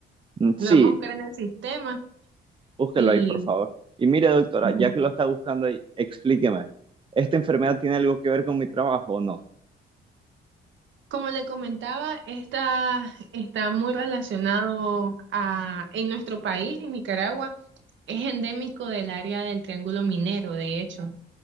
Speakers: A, on the right; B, on the right.
A: Mm, Sí,
B: Lo vamos a buscar en el sistema
A: búsquelo
B: y
A: ahí, por favor. Y mire, doctora,
B: Ujú.
A: ya que lo está buscando ahí, explíqueme. ¿Esta enfermedad tiene algo que ver con mi trabajo o no?
B: como le comentaba, esta está muy relacionado a, en nuestro país, en Nicaragua, es endémico del área del Triángulo Minero, de hecho.